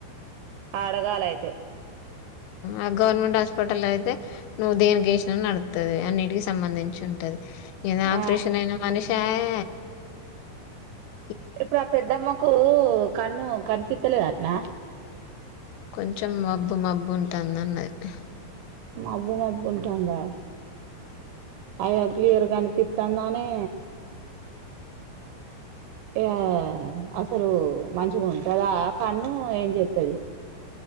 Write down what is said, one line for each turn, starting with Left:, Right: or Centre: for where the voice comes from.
Right: ఆడగాలే అయితే
Left: ఆ గవర్నమెంట్ హాస్పిటల్ అయితే నువ్వు దేనికేసిన నడుతది అన్నిటికి సంబంధించి ఉంటది ఇయన ఆప్రేషన్
Right: ఆ
Left: అయిన మనీషాయే మే
Right: ఇప్పుడు ఆ పెద్దమ్మకు కన్ను కను పిత్తలేదటనా
Left: కొంచెం మబ్బు మబ్బు ఉంటంది అన్నది
Right: మబ్బు మబ్బు ఉంటాందా అయో క్లియర్ కనిపిత్ తందనే ఇగ అసలు మంచి గుంటదా కన్ను ఏం చెతది